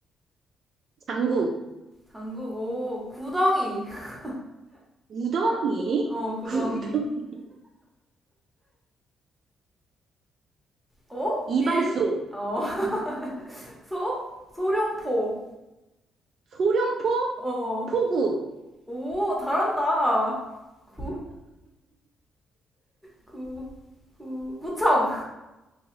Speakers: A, on the right; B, in the centre.
A: 장구,
B: 장구, 오, 구덩이. <laughs>
A: 우덩이,
B: 어, 구덩이.
A: 구덩이,
B: 어?
A: 이발소,
B: 일, 어, <laughs> 소, 소룡포.
A: 소룡포,
B: 어,
A: 포구,
B: 오, 잘한다. 구, 구, 구, 구청.